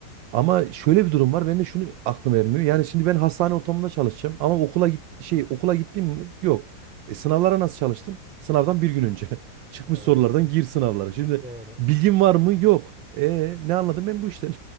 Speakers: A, on the right (about 80°); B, in the centre.
A: Ama şöyle bir durum var. Ben de şunu aklım ermiyor. Yani şimdi ben hastane ortamında çalışacağım ama okula git şey okula gittim mi? Yok. E, sınavlara nasıl çalıştın? Sınavdan bir gün önce. <laughs> Çıkmış
B: Evet.
A: sorulardan gir sınavlara. Şimdi
B: <laughs> Doğru.
A: bilgin var mı? Yok. E ne anladım ben bu işten?